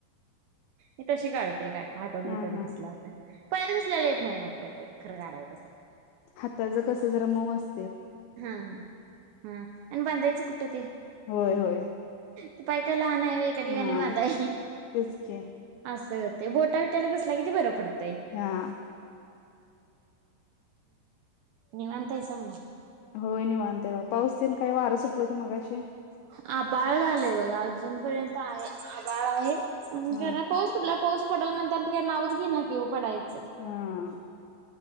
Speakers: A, on the right; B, on the left.
A: मी तशी काढते काट. हातात
B: हा
A: बितात
B: हा
A: घुसला की. पायत घुसलेला येत नाही मग त्या खर काढायचा त.
B: हाताच कस जरा मऊ अस.
A: हा हा हा आणि बांधायचं. कुठं ते
B: होय होय
A: ते पाय काय लहान आहेत? एका ठीकाणी
B: हा
A: बाधाय
B: तेच की
A: अस. ते बोटा बिटाला घुसला की ते बरं पडत.
B: हा.
A: निवांत आहेसा मग?
B: होय नीवांतय बा पाऊस तेन काय वारं सुटल होत मगाशी.
A: हा आभाळ झालंय बघा अजून. पर्यंत आहे आभाळ आहे. <unintelligible>
B: हा
A: कुठला पाऊस पडल म्हतात. ते काही नावच घे ना कीव पडायच
B: हं